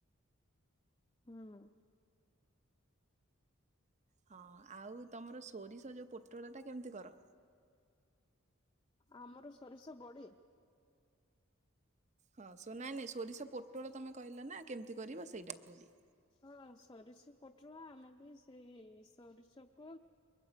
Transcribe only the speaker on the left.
ହଁ ହଁ।
ଆମର ସୋରିଷ ବଢି।
ହଁ ସୋରିଷ ପୋଟଳ ଆମେ ବି ସେଇ ସୋରିଷ କୁ